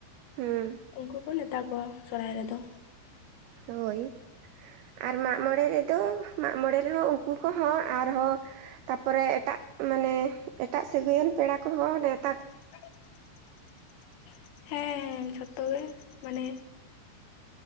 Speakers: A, on the right; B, on the left.
A: ᱦᱮᱸ,
B: ᱩᱱᱠᱩ ᱠᱚ ᱱᱮᱶᱛᱟ ᱠᱚᱣᱟ, ᱥᱚᱨᱦᱟᱭ ᱨᱮᱫᱚ᱾
A: <unintelligible> ᱦᱳᱭ, ᱟᱨ ᱢᱟᱜ ᱢᱚᱬᱮ ᱨᱮᱫᱚ, ᱢᱟᱜ ᱢᱚᱬᱮ ᱨᱮᱦᱚ ᱩᱱᱠᱩ ᱠᱚᱦᱚᱸ ᱟᱨᱦᱚᱸ ᱛᱟᱯᱚᱨᱮ ᱮᱴᱟᱜ, ᱢᱟᱱᱮ ᱮᱴᱟᱜ ᱥᱟ. ᱜᱟᱭᱟᱱ ᱯᱮᱲᱟ ᱠᱚᱦᱚᱸ ᱱᱮᱣ
B: <unintelligible> ᱦᱮᱸ, ᱦᱮᱸ, ᱡᱷᱚᱛᱚ ᱜᱮ ᱢᱟᱱᱮ